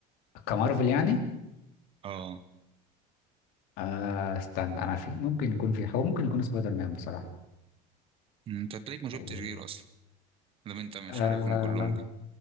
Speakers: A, on the left; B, on the right.
A: كمارفل يعني
B: اه
A: آه استنى انا في ممكن يكون في هو ممكن يكون سبايدر مان بصراحه
B: انت تلاقيك ما شفتش
A: أو-
B: غيره اصلا لو انت مش
A: آه
B: عارفهم كلهم كده